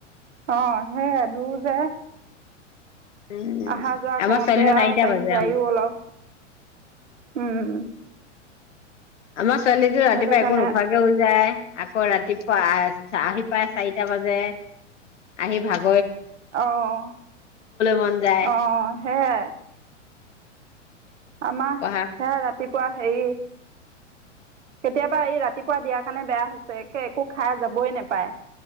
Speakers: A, on the right; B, on the left.
A: অ', সেই দু হ',
B: উম
A: অহা যোৱা
B: আমাৰ
A: কৰওঁতে
B: ছোৱালীহঁত
A: আৰু
B: চাৰিটা
A: টাইম
B: বাজে
A: যায়ো অলপ উম',
B: আমাৰ ছোৱালীটো ৰাতিপুৱাই
A: সেইটো কাৰণে
B: একো নোখোৱাকেও যায়। আকৌ ৰাতিপুৱা আহ ', আহি পাই চাৰিটা বজে আহি ভাগ
A: আহ', -
B: মন যায়
A: আহ', সেইয়াই আমাৰ
B: পঢ়া
A: সে ৰাতি ৰাতিপুৱা সে কেতিয়াবা এই ৰাতিপুৱা দিয়াৰ কাৰণে বেয়া হৈছে একে একো খাই যাবই নোপায়।